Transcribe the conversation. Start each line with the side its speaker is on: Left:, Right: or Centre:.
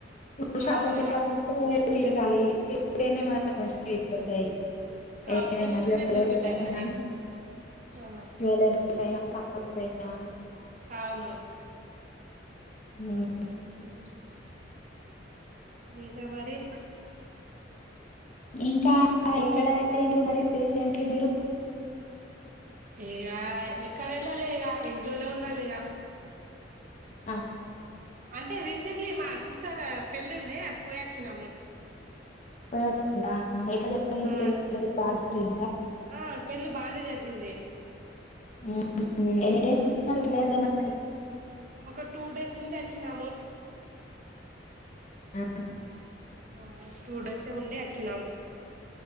Left: ఇప్పుడు షాపింగ్
Right: అవు
Left: చేయాలంటే
Right: ఇగ
Left: తిరగాలి తిరీగితేనే మనకి మంచివి దొరకై
Right: అవు
Left: ఏ
Right: తిరుగుతూనే
Left: దయినా సా
Right: దొరుకుతాయి
Left: లరీ సరేనా
Right: మరి ఆ,
Left: జ్యువలరీస్ అయిన షర్ట్స్ అయినా
Right: అవును
Left: మ్మ్మ్మ్
Right: మ్మ్మ్మ్ ఇంకా మరి
Left: ఇంకా ఎక్కడ పొఇండ్రు మరి రీసెంట్లీ మీరు
Right: ఏడ ఎక్కడ ఏళ్ళాలే ఇగ ఇంట్లోనే ఉన్నాం ఇగ
Left: ఆ
Right: అంటే రీసెంట్లీ మా సిస్టర్ ఆ పెళ్ళిండే అది పోయచ్చినాము
Left: పోయొచ్చిండ్రా ఎట్లా జరిగింది
Right: ఆ
Left: పెళ్లి మరి బాగా జరిగిందా
Right: ఆ పెళ్లి బానే జరిగింది
Left: హు ఎన్ని డేస్ ఉంటున్నారు విలేజ్ లో మరి
Right: ఒక టూ డేస్ ఉండి వచ్చినాము
Left: ఆ
Right: ఆ టూ డేసే ఉండి వచ్చినాం